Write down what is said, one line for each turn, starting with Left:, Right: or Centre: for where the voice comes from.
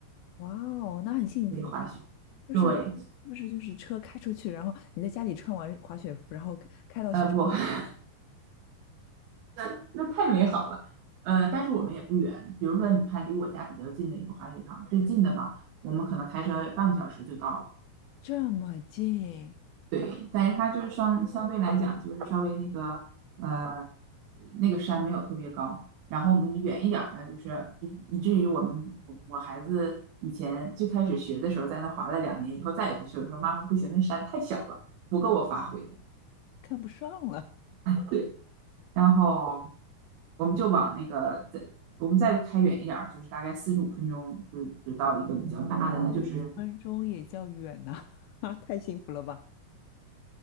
Left: 哇哦，那很幸福啊！
Right: 可以滑雪。
Left: 就是是不是就是车开出去，
Right: 对，
Left: 然后你在家里穿完滑雪服，然后开开到雪场，
Right: 呃，不，<laughs> 那那太美好了。呃，但是我们也不远，比如说你看离我家比较近的一个滑雪场，最近的吧，我们可能开车半个小时就到了。
Left: 这么近，
Right: 对，但是它就是相相对来讲，就是稍微那个呃那个山没有特别高，然后我们远一点儿呢，就是就是以至于我们我我孩子以前最开始学的时候在那滑了两年，以后再也不去了，说妈妈不行，那山太小了，不够我发挥的。
Left: 看不上了，
Right: 对。然后我们就往那个再我们再开远一点儿，就是大概四十五分钟就就到一个比较大的，那就是
Left: 五分钟也叫远呐、<laughs> 啊，太幸福了吧！